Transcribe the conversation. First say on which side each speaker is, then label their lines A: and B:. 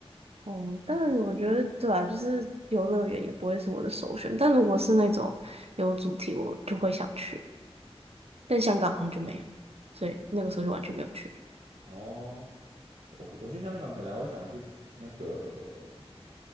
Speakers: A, on the right (about 65°); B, on the right (about 85°).
A: 哦，但我觉得对啊，就是游乐园也不会是我的首选。但如果是那种有主题，我就会想去。但香港好像就没有，所以那个时候就完全没有去。
B: 哦，我我去香港可能我会想去那个。